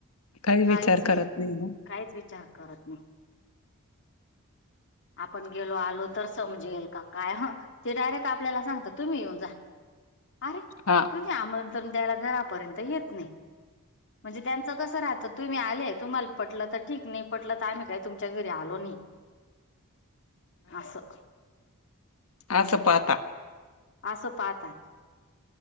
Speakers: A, on the left; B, on the left.
A: काही
B: काहीच
A: विचार
B: नाही
A: करत मग.
B: काहीच विचार करत नाही. आपण गेलो आलो तर समजेल का काय, ह ते डायरेक्ट आपल्याला सांगत तुम्ही येऊन जा. अरे कस य
A: हां,
B: तुम्ही आमंत्रण द्यायला घरापर्यंत येत नाही. म्हणजे त्यांचं कसं राहतं तुम्ही आले तुम्हाला पटलं तर ठीक, नाही पटलं तर आम्ही काय तू च्या घर आलो नई. असं मग
A: असं पळता.
B: असं पाहतात